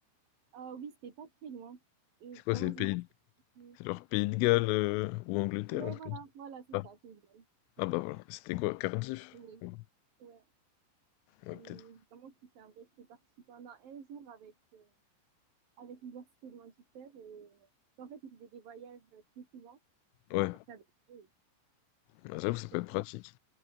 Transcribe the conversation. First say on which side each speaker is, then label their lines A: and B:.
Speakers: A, on the right; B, on the left.
A: Ah oui, c'était pas très loin. Et
B: C'est quoi,
A: vraiment,
B: c'est pays...
A: je me rappelle plus.
B: C'est genre Pays de Galles euh, ou Angleterre,
A: Ouais,
B: un truc
A: voilà,
B: comme ça.
A: voilà, c'est
B: Ah,
A: ça, c'est idéal. C'est
B: ah bah
A: ça.
B: voilà, c'était quoi, Cardiff?
A: Oui.
B: Ouais,
A: Ouais.
B: ouais,
A: Et
B: peut-être.
A: vraiment, tu fais un vrai... J'étais partie pendant un jour avec... euh, avec l'université de Manchester. Et en fait, ils faisaient des voyages euh, très souvent et
B: Ouais,
A: je partais avec eux.
B: Bah, j'avoue, ça peut
A: Et franchement,
B: être pratique.